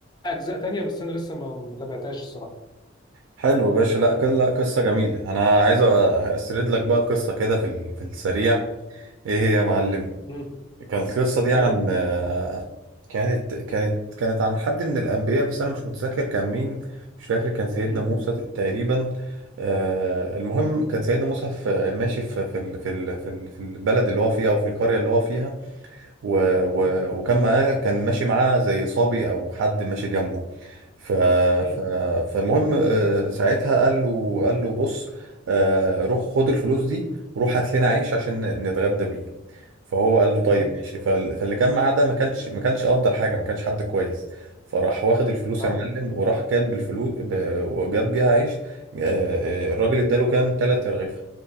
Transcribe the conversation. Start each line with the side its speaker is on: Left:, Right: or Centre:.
Left: اجزاء تانية بس انا لسه ما ما تابعتهاش الصراحه
Right: حلو يا باشا لا كل- لا قصه جميله انا عايز اسرد لك بقى قصه كده في ال- في السريع ايه هي يا معلم
Left: مم.
Right: كانت القصة دي عن
Left: قول.
Right: آه، كانت كانت كانت عن حد من الأنبياء بس أنا مش متذكر كان مين مش فاكر كان سيدنا
Left: مم.
Right: موسى تقريبا آه، المهم كان سيدنا موسى في ماشي في في ال- في ال- في ال- في البلد اللي هو فيها أو في القرية اللي هو فيها و و
Left: مم.
Right: وكان معاه كان ماشي معاه زي صبي أو حد ماشي جنبه ف
Left: مم.
Right: ف فالمهم آه، ساعتها قال له قال له بص آه، روح خد الفلوس دي وروح هات لنا عيش عشان نتغدى بيه فهو قال له طيب
Left: مم.
Right: ماشي فال- فاللي كان معاه ده ما كانش ما كانش افضل حاجه ما كانش حد كويس فراح واخد الفلوس
Left: اه
Right: يا معلم وراح جاب بالفلوس ب... وجاب بيها عيش آه، آه، الراجل اداله كام تلات رغيف